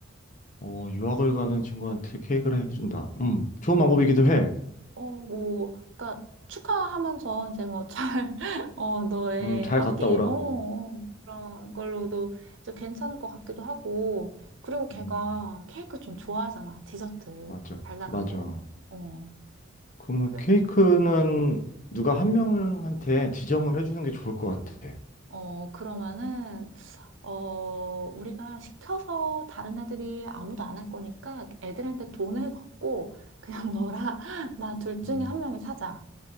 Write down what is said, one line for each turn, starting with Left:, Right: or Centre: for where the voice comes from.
Left: 어, 유학을 가는 친구한테 케이크를 해준다. 음, 좋은 방법이기도 해.
Right: 어뭐 그러니까 축하하면서 이제 뭐잘어 <laughs> 너의
Left: 음, 잘
Right: 앞길
Left: 갔다 오라고.
Right: 어 어, 그런 걸로도 좀 괜찮을 것 같기도 하고 그리고 걔가
Left: 음,
Right: 케이크 좀 좋아하잖아 디저트
Left: 맞아,
Right: 달달한
Left: 맞아.
Right: 거. 어.
Left: 그러면
Right: 그래서
Left: 케이크는 누가 한 명한테 지정을 해주는 게 좋을 것 같아.
Right: 어, 그러면은, 어, 우리가 시켜서 다른 애들이 아무도 안 할 거니까 애들한테 돈을 걷고 그냥 <laughs> 너랑 나 둘 중에
Left: 음.
Right: 한 명이 사자.